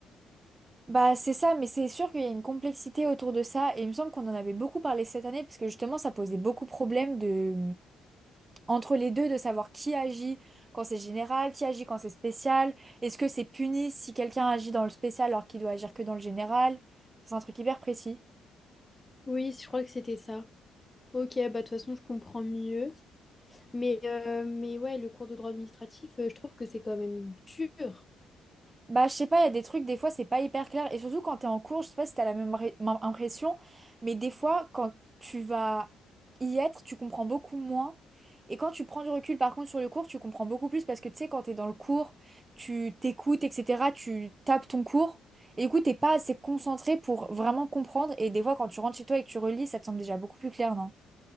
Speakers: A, on the right (about 25°); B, on the left (about 20°).
A: Bah, c'est ça, mais c'est sûr qu'il y a une complexité autour de ça. Et il me semble qu'on en avait beaucoup parlé cette année, parce que justement, ça posait beaucoup de problèmes de. entre les deux de savoir qui agit quand c'est général, qui agit quand c'est spécial. Est-ce que c'est puni si quelqu'un agit dans le spécial alors qu'il doit agir que dans le général? C'est un truc hyper précis.
B: Oui, je crois que c'était ça. Ok, bah, de toute façon, je comprends mieux. Mais, euh, mais ouais, le cours de droit administratif, euh, je trouve que c'est quand même dur.
A: Bah, je sais pas, il y a des trucs, des fois, c'est pas hyper clair. Et surtout quand t'es en cours, je sais pas si t'as la même ré- même impression, mais des fois, quand tu vas y être, tu comprends beaucoup moins. Et quand tu prends du recul, par contre, sur le cours, tu comprends beaucoup plus parce que tu sais, quand t'es dans le cours, tu t'écoutes, etc., tu tapes ton cours. Et du coup, t'es pas assez concentré pour vraiment comprendre. Et des fois, quand tu rentres chez toi et que tu relis, ça te semble déjà beaucoup plus clair, non?